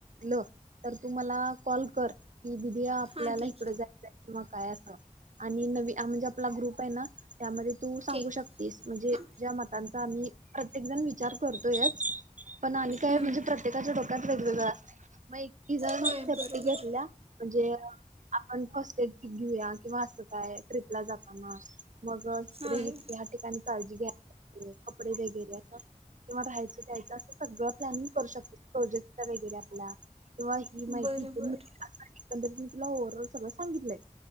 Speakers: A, on the right; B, on the right.
A: ल तर तू मला कॉल कर की दिदीया आपल्याला
B: हां ठीक
A: इकडे जा किंवा काय अस आणि नवी म्हणजे आपला ग्रुप आहे ना त्यामध्ये तू सांगू
B: ठीक
A: शकते म्हणजे
B: हां
A: या मतांचा आम्ही प्रत्येक जण विचार करतोयच पण आणि काय
B: हम्म,
A: म्हणजे प्रत्येकाच्या डोक्यात वेग मग इकी जण
B: होय
A: सेप्टी
B: बरोबर
A: घेतल्या म्हणजे आपण फस्ट एड क घेऊया किंवा असं काय ट्रिपला जाताना मग इकडे
B: होय
A: हे ह्या ठिकाणी काळजी घ्यायला ला कपडे वगैरे असं किंवा राहायचं यायचं असं सगळं लॅनिंग करू शकतो जेक्ट वगैरे किंवा ही
B: बरं
A: माहितीं एकंदरीत
B: बरं
A: मी तुला ओव्हरऑल सगळं सांगितलंय.